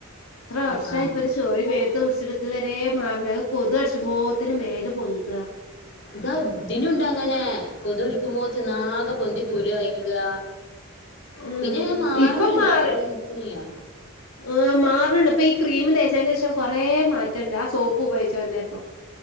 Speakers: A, on the left (about 85°); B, on the left (about 55°).
A: എത്ര വർഷമായി
B: ആഹ് ആഹ്
A: ഇപ്പൊ ഒരു ചോറി വേഗത്ത് കുടിച്ചടു ഇതുവരെ മാ അ കൊതുടിച്ചുമ്പോത്തിന് മേലല് പൊന്തു
B: ഇതാ ദിനുണ്ട അങ്ങനെ കൊതുടിക്കുമ്പോന്നാകെ പൊന്തി കുരു കഴിക്കുക
A: ഉം
B: പിന്നെ ഞാൻ <unintelligible>
A: ഇപ്പം
B: നിക്കുന്നു്യാഇല്ല
A: മാറി ആഹ് മാറണുണ്ട് ഇപ്പൊ ഈ ക്രീം തേച്ചതിന് ശേഷം കൊറേ മാറ്റുണ്ട് ആ സോപ്പ് ഉപയോഗിച്ചോെ ഇപ്പൊ